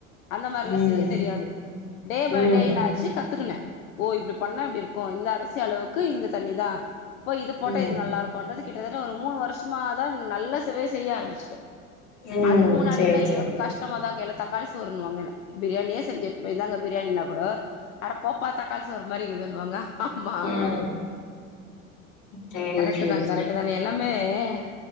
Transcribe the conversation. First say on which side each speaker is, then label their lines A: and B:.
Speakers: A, on the left; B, on the left.
A: அந்த மாரிலாம்
B: ம்
A: செய்ய தெரியாது டே பய்
B: ம்
A: டே என்னாச்சு கத் கத்துக்குனே ஓ இப்படி பண்ணா இப்படி இருக்கும் இந்த அரசி அளவுக்கு இந்த தண்ணி தான் இப்பா இது போட்ட
B: ம்
A: இது நல்லா இருக்கும்ன்றது கிட்டதட்ட ஒரு மூணு வருஷமாதான் நல்ல சேவைய செய்ய ஆரம்பிச்சுட்டேன்
B: ம்
A: அதுக்கு முன்னாடில்லாம்
B: சேரி சேரி
A: எனக்கு கஷ்டமா தான் கெள தக்காளி சோறுணுவாங்க என்ன பிரியாணியே செஞ்சு எ பிரியாணினா கூட அடபோப்பா தக்காளி சோறு மாரி இருக்குதுனு வாங்க அம்மா
B: ம் சேரி
A: கரெட்தான்
B: சேரி
A: கரெட்தான்
B: சேரி
A: எல்லாமே மே